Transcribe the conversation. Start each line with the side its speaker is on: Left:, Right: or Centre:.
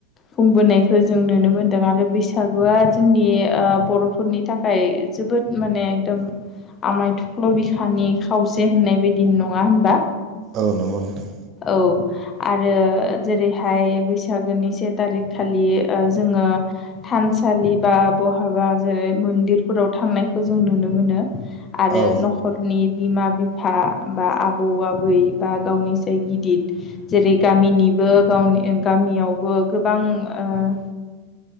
Left: खुंबोनायखो जों नुनो मोनदों आरो बैसागुआ जोंनि ओ बर'फोरनि थाखाय जो बोद माने एकदम आमाय थख्ल बिखा खानि खावसे होननाय बायदि नङा होनबा
Right: औ नंगौ नथां।
Left: औ आरो जेरैहाय बैसागोनि से थारिख खालि जोङो। थानसालि बा बहाबा जेरै मन्दिरफोराव थांनायखौ जों नुनो मोनो। आरो
Right: औ
Left: नखर। नि बिमा बिफा बा आबौ आबै बा गावनिसाय गिदिर जेरै गामिनि। गनिबो गावनि गामियावबो गोबां ओ।